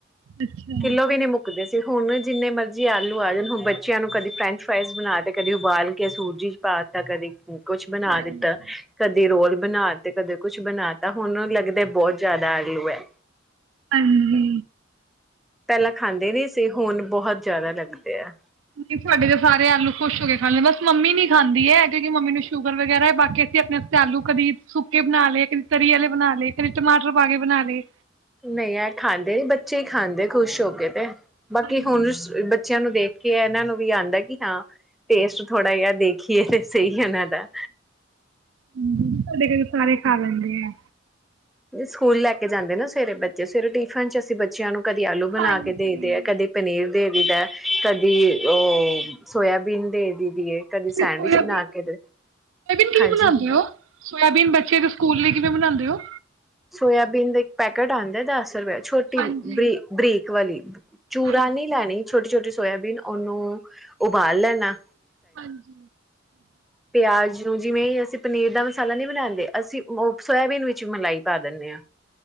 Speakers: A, on the right (about 85°); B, in the centre.
A: ਅੱਛਾ
B: ਕਿੱਲੋ ਵੀ ਨੀ ਮੁੱਕਦੇ ਸੀ ਹੁਣ ਜਿੰਨੇ ਮਰਜ਼ ਜੀ ਆਲੂ ਆ ਜਾਣ ਹੁਣ ਬੱਚਿਆਂ ਨੂੰ ਕਦੀ ਫਰੈਂਚ ਫਰਾਈਜ਼ ਬਣਾ ਤੇ ਕਦੀ ਉਬਾਲ ਕੇ ਸੂਜੀ ਪਾਤਾ ਕਦੀ ਕੁਛ ਬਣਾ
A: ਹਾਂਜੀ
B: ਦਿੱਤਾ ਕਦੇ ਰੋਲ ਬਣਾ ਤੇ ਕਦੇ ਕੁਛ ਬਣਾ ਤਾਂ ਹੁਣ ਲੱਗਦਾ ਬਹੁਤ ਜ਼ਿਆਦਾ ਆਗਲੂ ਹੈ।
A: ਹਾਂਜੀ,
B: ਪਹਿਲਾਂ ਖਾਂਦੇ ਨਹੀਂ ਸੀ ਹੁਣ ਬਹੁਤ ਜ਼ਿਆਦਾ ਲੱਗਦੇ ਆ।
A: ਨਹੀਂ ਸਾਡੇ ਤਾਂ ਸਾਰੇ ਆਲੂ ਖੁਸ਼ ਹੋ ਕੇ ਖਾ ਲਦੇ ਬਸ ਮੰਮੀ ਨੀ ਖਾਂਦੀ ਏ ਕਿਉਂਕਿ ਮੰਮੀ ਨੂੰ ਸ਼ੂਗਰ ਵਗੈਰਾ ਏ ਬਾਕੀ ਅਸੀਂ ਆਪਣੇ ਆਸਤੇ ਆਲੂ ਕਦੀ ਸੁੱਕੇ ਬਣਾ ਲਏ ਕਦੀ ਤਰੀ ਵਾਲੇ ਬਣਾ ਲਏ ਕਦੀ ਟਮਾਟਰ ਪਾ ਕੇ ਬਣਾ ਲਏ।
B: ਨਹੀਂ ਹੈ ਖਾਂਦੇ ਨੀ ਬੱਚੇ ਹੀ ਖਾਂਦੇ ਖੁਸ਼ ਹੋ ਕੇ ਤੇ। ਬਾਕੀ
A: ਹਾਂਜੀ
B: ਹੁਣ ਬੱਚਿਆਂ ਨੂੰ ਦੇਖ ਇਹਨਾਂ ਨੂੰ ਵੀ ਆਦਾ ਕਿ ਹਾਂ ਟੇਸਟ ਥੋੜ੍ਹਾ ਜਿਹਾ ਦੇਖੀਏ ਸਹੀ ਇਹਨਾਂ ਦਾ।
A: <inaudible> ਸਾਡੇ ਘਰ ਸਾਰੇ ਖਾ ਲੇਦੇ ਐ।
B: ਜ ਸਕੂਲ ਲੈ ਕੇ ਜਾਂਦੇ ਨੇ ਸਵੇਰੇ ਬੱਚੇ ਸਵੇਰੇ ਟਿਫਨ ਚ ਅਸੀ ਬੱਚਿਆ ਨੁੰ ਕਦੀ ਆਲੂ ਬਣਾ
A: ਹਾਂਜੀ
B: ਕੇ ਦਈਦੇ ਆ ਕਦੀ ਪਨੀਰ ਦੇ ਦੀਦਾ ਕਦੀ ਉਹ ਸੋਇਆਬੀਨ ਦੇ ਦੀ ਦੀ
A: <inaudible>
B: ਏ ਕਦੀ ਸੈਂਡਵਿਚ
A: ਸੋਇਬੀਨ
B: ਬਣਾ ਕੇ ਦੇ
A: ਕਿਵੇਂ
B: ਹਾਂਜੀ
A: ਬਣਾਦੇ ਹੋ ਸੋਆਬੀਨ ਬੱਚੇ ਦੇ ਸਕੂਲ ਲਈ ਕਿਵੇਂ ਬਣਾਦੇ ਔ? ਔ,
B: ਸੋਇਬੀਨ ਦੇ ਇੱਕ ਪੈਕਿਟ ਆਦੇ ਦਸ ਰੁਪਏ ਚ। ਛੋਟੀ
A: ਹਾਂਜੀ
B: ਬ੍ਰਿ ਬ੍ਰਿਕ ਵਾਲੀ, ਚੂੂਰਾ
A: ਹਾਂਜੀ
B: ਨਹੀਂ ਲੈਣੀ ਛੋਟੀ-ਛੋਟੀ ਸੋਇਆਬੀਨ ਉਹਨੂੰ ਉਬਾਲ ਲੈਣਾ,
A: ਹਾਂਜੀ,
B: ਪਿਆਜ਼ ਨੂੰ ਜਿਵੇਂ ਅਸੀਂ ਪਨੀਰ ਦਾ ਮਸਾਲਾ ਨਹੀਂ ਬਣਾਦੇ ਅਸੀਂ ਉਹ ਸੋਇਆਬੀਨ ਵਿੱਚ ਮਲਾਈ ਪਾ ਦੇਣੇ ਹਾਂ।